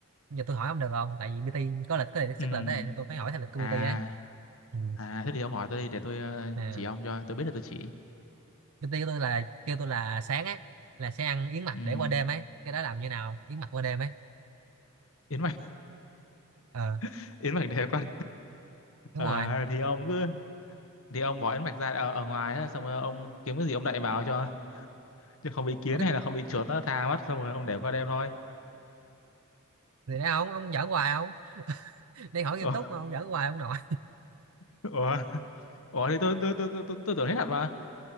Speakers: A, on the right; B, on the left.
A: giờ tôi hỏi không được không? Tại vì PT có lịch có đề xuất
B: Ừ.
A: lịch ấy, nên tôi phải hỏi theo lịch của
B: À,
A: PT ấy. Ừ,
B: à thế thì ông hỏi tôi đi để tôi ờ,
A: nè.
B: chỉ ông cho tôi biết là tôi chỉ.
A: cái tiêu tôi là kêu tôi là sáng á là sẽ ăn yến mạch
B: Ừ.
A: để qua đêm ấy cái đó làm như nào yến mạch qua đêm ấy
B: Yến mạch,
A: ờ
B: <laughs> yến mạch để qua
A: đúng
B: à,
A: rồi
B: thì ông cứ thì ông bỏ ấn mạch ra ở, ở ngoài đó, xong rồi ông kiếm cái gì ông đậy vào cho chứ không bị kiến
A: ủa
B: hay là không bị chuột nó tha mất xong rồi ông để qua đêm thôi
A: thì đấy ông ông giỡn hoài không đang hỏi nghiêm
B: ủa
A: túc mà ông giỡn hoài ông nội
B: ủa ủa thì tôi tôi tôi tôi, tôi, tôi tưởng hết thật mà